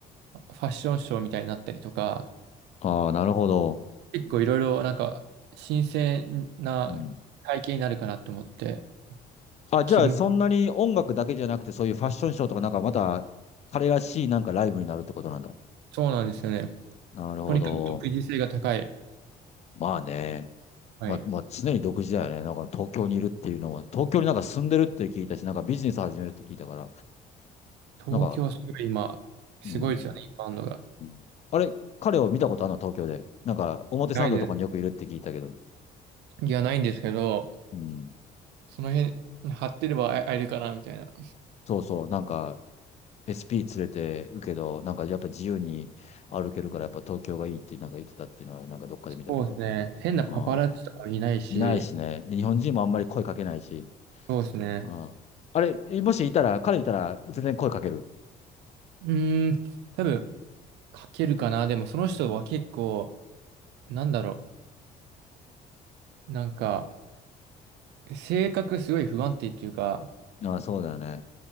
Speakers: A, on the right; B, on the left.
A: ァッションショーみたいになったりとか、
B: あ、ああなるほど。
A: 結構いろいろなんか新鮮な体験になるかなと思って、
B: うんあ、じゃあ、
A: 気分
B: そんなに音楽だけじゃなくて、そういうファッションショーとか、なんかまた、彼らしいなんかライブになるってことなんだ。
A: そうなんですよね。
B: なるほど。
A: とにかく独自性が高い。
B: まあね。
A: はい。
B: まあ、まあ、常に独自だよね。なんか東京にいるっていうのは、東京になんか住んでるって聞いたし、なんかビジネス始めるって聞いたから、
A: 東京はすごい今、
B: なんか、
A: すごいですよね、
B: うん。
A: インバウンドが。
B: うんあれ、彼を見たことあるの東京で。なんか、表参道とかによくいるって聞いたけど。
A: ないで、いや、ないんですけど、
B: うん。
A: その辺、張ってれば会えるかな、みたいな。
B: そうそう。なんか、SP 連れてるけど、なんかやっぱ自由に歩けるから、やっぱ東京がいいってなんか言ってたっていうのは、なんかどっかで見たけど。
A: そうですね。変なパパラッチとかもいないし、
B: あ。いないしね。で、日本人もあんまり声かけないし。
A: そうですね。
B: うん。あれ、もしいたら、彼いたら全然声かける。
A: うーん、多分、書けるかな。でも、その人は結構、なんだろう、なんか、性格すごい不安定っていうか、
B: ああ、そうだよね。